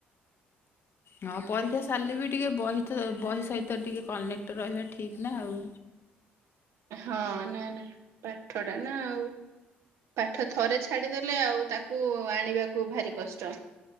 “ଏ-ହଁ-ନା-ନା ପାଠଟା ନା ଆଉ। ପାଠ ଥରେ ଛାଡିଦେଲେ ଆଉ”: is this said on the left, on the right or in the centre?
Right